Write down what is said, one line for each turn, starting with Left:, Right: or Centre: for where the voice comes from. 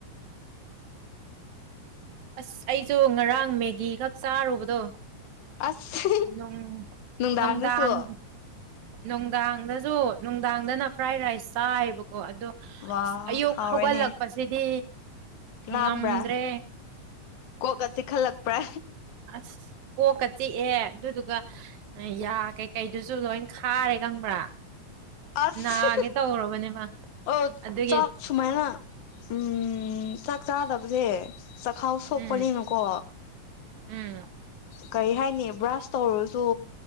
Right: ꯑꯁ ꯑꯩꯁꯨ ꯉꯔꯥꯡ ꯃꯦꯒꯤꯒꯛ ꯆꯥꯔꯨꯕꯗꯣ
Left: ꯑꯁ
Right: ꯅꯨꯡ
Left: ꯅꯨꯡꯗꯥꯡꯗꯁꯨ
Right: ꯅꯨꯡꯗꯥꯡ ꯅꯨꯡꯗꯥꯡꯗꯁꯨ ꯅꯨꯡꯗꯥꯡꯗꯅ ꯐ꯭ꯔꯥꯏ ꯔꯥꯏꯁ ꯆꯥꯏꯕꯀꯣ ꯑꯣ ꯑꯗꯣ
Left: ꯋꯥ
Right: ꯑꯌꯨꯛ
Left: ꯍꯥꯎꯔꯦꯅꯦ
Right: ꯍꯧꯒꯠꯂꯛꯄꯁꯤꯗꯤ
Left: ꯂꯥꯝꯕ꯭ꯔꯥ
Right: ꯉꯝꯗ꯭ꯔꯦ
Left: ꯀꯣꯛꯀ ꯆꯤꯈꯜꯂꯛꯄ꯭ꯔꯥ
Right: ꯑꯁ ꯀꯣꯛꯀ ꯆꯤꯛꯑꯦ ꯑꯗꯨꯗꯨꯒ ꯌꯥ ꯀꯩꯀꯩꯗꯨꯁꯨ ꯂꯣꯏ ꯈꯥꯔꯦ ꯈꯪꯕ꯭ꯔꯥ
Left: ꯑꯁ
Right: ꯅꯥꯒꯦ ꯇꯧꯔꯕꯅꯦꯕ
Left: ꯑꯣ
Right: ꯑꯗꯨꯒꯤ
Left: ꯆꯥꯛ ꯁꯨꯃꯥꯏꯅ ꯎꯝ ꯆꯥꯛ ꯆꯥꯗꯕꯁꯦ ꯆꯈꯥꯎ ꯁꯣꯛꯄꯅꯤꯅꯀꯣ
Right: ꯎꯝ ꯎꯝ
Left: ꯀꯔꯤ ꯍꯥꯏꯅꯤ ꯕ꯭ꯔꯁ ꯇꯧꯔꯁꯨ